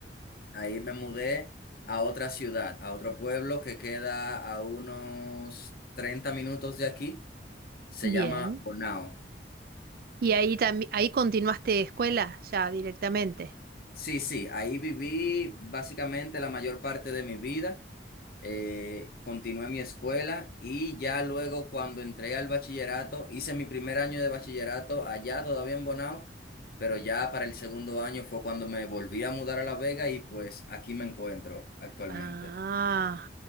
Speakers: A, on the left (about 55°); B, on the right (about 55°).
A: Ahí me mudé a otra ciudad, a otro pueblo que queda a unos 30 minutos de aquí. Se
B: Bien.
A: llama Bonao.
B: ¿Y ahí también ahí continuaste escuela ya directamente?
A: Sí, sí, ahí viví básicamente la mayor parte de mi vida. Eh, continué mi escuela y ya luego cuando entré al bachillerato, hice mi primer año de bachillerato allá todavía en Bonao, pero ya para el segundo año fue cuando me volví a mudar a La Vega y pues aquí me encuentro actualmente.
B: Ah,